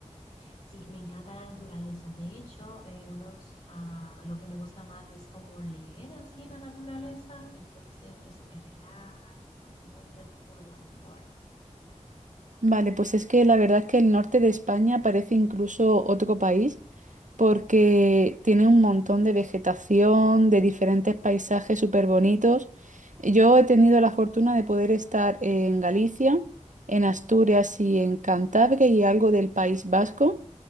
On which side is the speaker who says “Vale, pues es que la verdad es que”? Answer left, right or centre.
Right